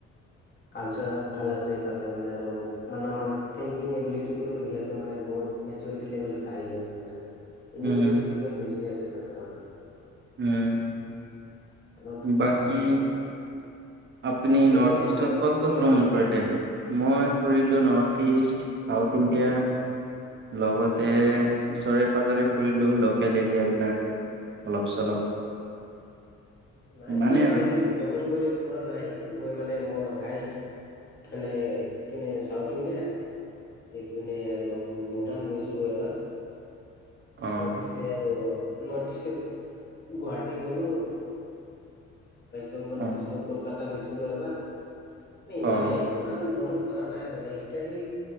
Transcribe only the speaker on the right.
উম
উম
বাকী আপুনি
নৰ্থ ইষ্টত ক'ত
ক'ত ভ্ৰমণ
কৰিলে? মই কৰিলোঁ নৰ্থ ইষ্ট চাউত ইণ্ডিয়া।
লগতে ওচৰে পাজৰে ফুৰিলোঁ ল'কেল এৰিয়াবিলাক। অলপ চলপ।
ইমানেই
আৰু
অ
অ
অ